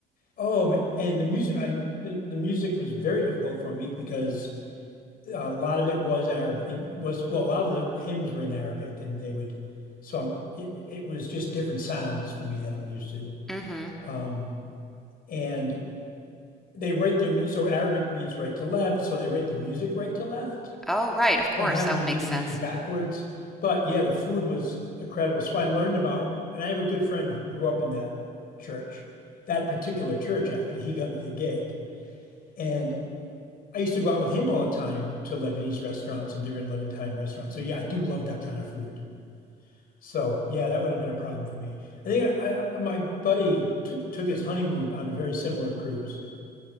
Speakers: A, on the left; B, in the centre.
A: oh, ma- and the music I the, the music was very difficult for me because a lot of it was Arabic and was well, a lot of the hymns were in Arabic and they would so I'm, it it was just different sounds for me that I'm used to.
B: Mm-hmm.
A: Um, and they write their mu- so Arabic reads right to left, so they write the music right to left.
B: Oh, right, of course.
A: So I'm having
B: That
A: to
B: would make
A: read
B: sense.
A: the music backwards. But yeah, the food was incredible. So I learned about, and I have a good friend who grew up in that church, that particular church actually. He got me the gig. And I used to go out with him all the time to Lebanese restaurants and different Levantine restaurants. So yeah, I do love that kind of food. So yeah, that would have been a problem for me. I think I, I, my buddy t took his honeymoon on a very similar cruise.